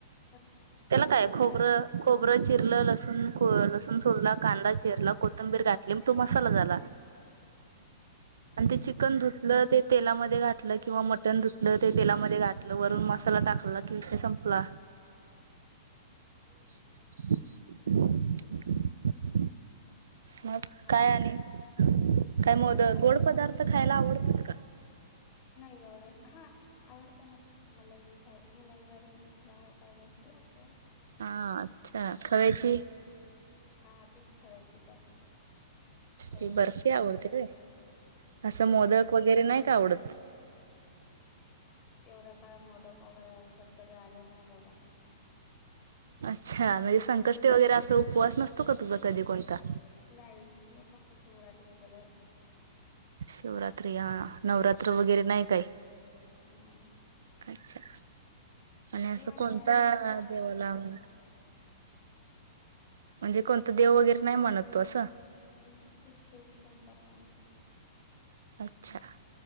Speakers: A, on the left; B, on the right.
A: पण समजाल
B: त्याला काय खोबरं खोबरं चिरलं, लसूण लसूण सोडला, कांदा चिरला, कोथंबीर घातली. तो मसाला झाला. आणि ते चिकन धुतलं ते तेलामध्ये घातलं. किंवा मटण धुतलं ते तेलामध्ये घाातलं. वरून मसाला टाकला कि विषय संपला.
A: हम्म
B: <inaudible> मग काय
A: असं
B: आणि.
A: असत
B: काय
A: तुम्ही
B: मोद
A: सांगा
B: गोड पदार्थ खायला आवडतात का?
A: नाही एवढे. हा. आवडत ना. मलाई मिठाई. मिलाई बर्फी वाव काय मस्त लागते.
B: हा अच्छा, खव्याची?
A: हा तेच खावायची बर्फी. खव्याची
B: ती बर्फी आवडते
A: मलाईची
B: काय? सं
A: हा
B: मोदक वगैरे नाही का आवडत?
A: एवढं काय मोदक वगैरे आयुष्यात कधी आले नाय बाबा.
B: अच्छा, म्हणजे संकष्टी वगैरे असा उपवास नसतो का? तुझा कधी कोणता?
A: नाही मी फक्त शिवरात्रीच धरते.
B: शिवरात्री हा. नवरात्र वगैरे नाही काही?
A: नाही
B: अच्छा, आणि असं
A: देवाने
B: कोणत्या
A: काय दिलाय व आजपर्यंत
B: देवाला
A: आपल्याला
B: म् म्हणजे कोणतं देव वगैरे नाही मानत तू असं?
A: मी फक्त शिवशंकर मानते.
B: अच्छा.